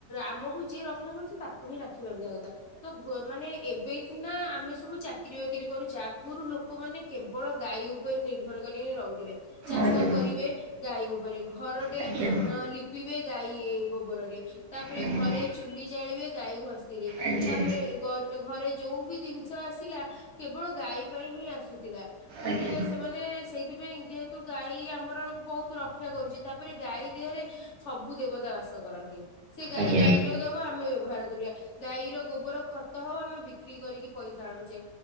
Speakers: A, on the left (about 55°); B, on the right (about 50°).
A: ଆମକୁ ଯିଏ ରକ୍ଷା କରୁଛି ତା ତାକୁ ହିଁ ରାକ୍ଷୀ ବାନ୍ଧିବା କଥା। ତ ମାନେ ଏବେ ସିନା ଆମେ ସବୁ ଚାକିର ବାକିରି କରୁଛେ। ଆଗରୁ ଲୋକମାନେ କେବଳ ଗାଈ ଉପରେ ନିର୍ଭର କରିକି ରହୁଥିଲେ। ଚାଷ
B: ଆଜ୍ଞା
A: କରିବେ ଗାଈ ଉପରେ। ଘରଟେ
B: ଆଜ୍ଞା
A: ଲିପି ଲିପିବେ ଗାଈ ଗୋବରରେ। ତାପରେ
B: ହୁଁ।
A: ଘରେ ଚୁଲି ଜାଳିବେ ଗାଈ ଘଷିରେ।
B: ଆଜ୍ଞା
A: ତାପରେ ଗ ଘରେ ଯୋଉ ବି ଜିନିଷ ଆସିଲା କେବଳ ଗାଈ ପାଇଁ ହିଁ ଆସୁଥିଲା। ମାନେ
B: ଆଜ୍ଞା
A: ସେମାନେ ସେଇଥିପାଇଁ ଯେହେତୁ ଗାଈ ଆମର ବହୁତ ରକ୍ଷା କରୁଛି। ତା ତାପରେ ଗାଈ ଦେହରେ ସବୁ ଦେବତା ବାସ କରନ୍ତି। ସେ ଗାଈ
B: ଆଜ୍ଞା
A: କ୍ଷୀର ଦେବ ଆମେ ବ୍ୟବହାର କରିବା। ଗାଈର ଗୋବର ଖତ ତ ଆମେ ବିକ୍ରି କରିକି ପଇସା ଆଣୁଛେ।